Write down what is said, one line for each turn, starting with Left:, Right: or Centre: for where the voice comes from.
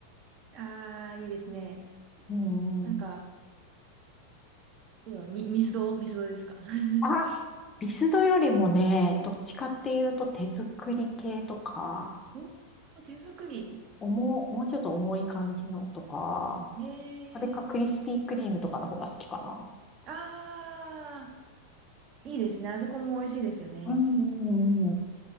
Right: ああ、いいですね。
Left: うん。
Right: なんか、どうだ、み、ミスド、ミスドですか。<laughs>
Left: あ、ビスドよりもね、どっちかっていうと手作り系とか、
Right: おお、手作り。
Left: 重、もうちょっと重い感じのとか、
Right: へえ。
Left: それかクリスピークリームとかの方が好きかな。
Right: ああ、いいですね。あそこも美味しいですよね。
Left: うんうんうんうん。